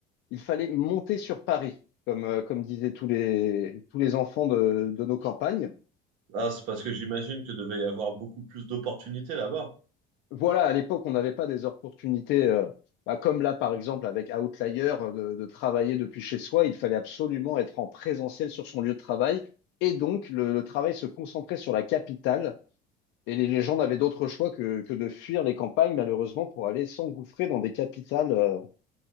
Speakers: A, on the left; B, on the right.
A: il fallait monter sur Paris, comme, euh, comme disaient tous les, tous les enfants de de nos campagnes.
B: Ah, c'est parce que j'imagine que devait y avoir beaucoup plus d'opportunités là-bas.
A: Voilà, à l'époque, on n'avait pas des opportunités, euh, bah, comme là, par exemple, avec Outlier, euh, de, de travailler depuis chez soi. Il fallait absolument être en présentiel sur son lieu de travail. Et donc, le, le travail se concentrait sur la capitale. Et les, les gens n'avaient d'autre choix que, que de fuir les campagnes, malheureusement, pour aller s'engouffrer dans des capitales, euh,